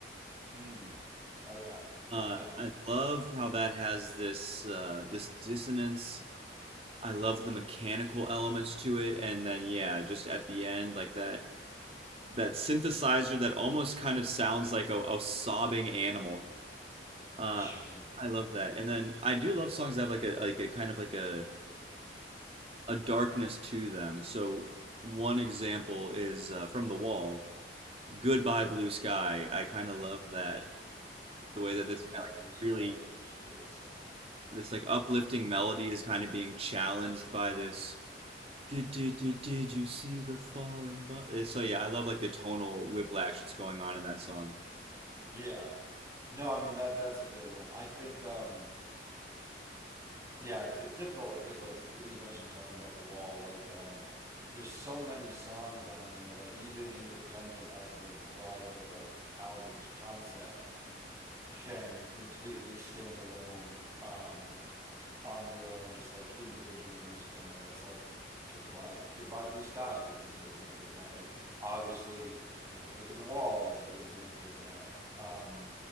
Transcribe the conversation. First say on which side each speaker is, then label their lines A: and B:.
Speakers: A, on the right; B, on the right.
A: Mm, okay.
B: Uh,
A: Yeah.
B: I love how that has this uh, this dissonance. I love the mechanical elements to it, and then yeah, just at the end, like that that synthesizer that almost kind of sounds like a, a sobbing animal. Uh,
A: Sure.
B: I love that, and then I do love songs that have like a like a kind of like a a darkness to them. So one example is uh, from The Wall, "Goodbye Blue Sky." I kind of love that the way that
A: Goodbye,
B: this kind
A: Blue
B: of like
A: Sky
B: really
A: is a great song.
B: this like uplifting melody is kind of being challenged by this. Did, did, did, did you see the falling? Bu-? Eh, So yeah, I love like the tonal whiplash that's going on in that song.
A: Yeah. No, I mean that that's a great one. I think um yeah, it's it's difficult because like th- you mentioned talking about The Wall, like um there's so many songs on there that even independent of the broader like album's concept, can completely stand alone um, on their own, just like individual musical merits. Like goodbye, goodbye Blue Sky, I think is a good example of that. Like obviously, another brick in the wall is a good example of that. Um,